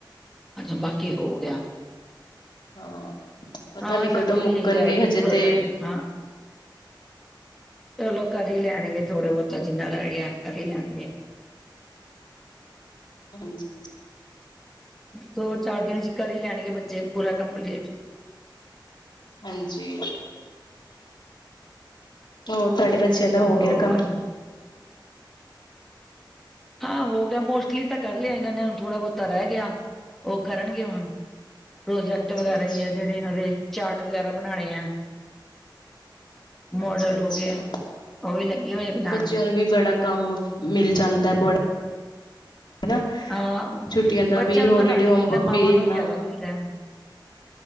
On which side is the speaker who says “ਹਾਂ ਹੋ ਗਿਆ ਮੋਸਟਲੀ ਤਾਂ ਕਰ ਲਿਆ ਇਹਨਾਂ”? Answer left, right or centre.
Centre